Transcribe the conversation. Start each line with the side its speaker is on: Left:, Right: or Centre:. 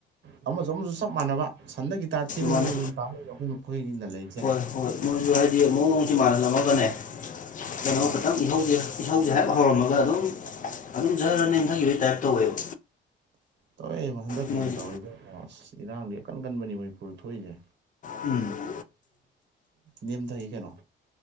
Right: ꯑꯃꯁꯨ ꯑꯃꯁꯨ ꯆꯞ ꯃꯥꯟꯅꯕ ꯁꯟꯗ ꯒꯤꯇꯥ ꯊꯤꯕꯩ
Left: ꯃꯥꯅꯤ
Right: ꯃꯑꯣꯡꯗ ꯑꯗꯨꯝ ꯇ ꯑꯩꯈꯣꯏꯒꯤꯅ ꯂꯩꯔꯤ
Left: ꯍꯣꯏ ꯃꯣꯏꯁꯨ ꯍꯥꯏꯗꯤ ꯃꯑꯣꯡꯖꯦ ꯃꯥꯟꯍꯜꯂꯝꯃꯒꯅꯦ ꯀꯩꯅꯣ
Right: ꯑꯣ
Left: ꯈꯤꯇꯪ ꯏꯍꯧꯖꯦ ꯏꯁꯧꯁꯦ ꯍꯥꯏꯞ ꯍꯧꯔꯝꯃꯒ ꯑꯗꯨꯝ ꯑꯗꯨꯝ ꯖ ꯅꯦꯝꯊꯈꯤꯕꯒꯤ ꯇꯥꯏꯞ ꯇꯧꯋꯦꯕ
Right: ꯇꯧꯋꯦ ꯍꯟꯗꯛꯀꯤꯒ
Left: ꯃꯣꯏꯁꯦ
Right: ꯇꯧꯔꯤꯗ ꯑꯁ ꯏꯔꯥꯡꯗꯤ ꯑꯀꯟ ꯀꯟꯕꯅꯤ ꯃꯅꯤꯄꯨꯔꯗ ꯊꯣꯛꯏꯁꯦ
Left: ꯎꯝ
Right: ꯅꯦꯝ ꯊꯒꯤ ꯀꯩꯅꯣ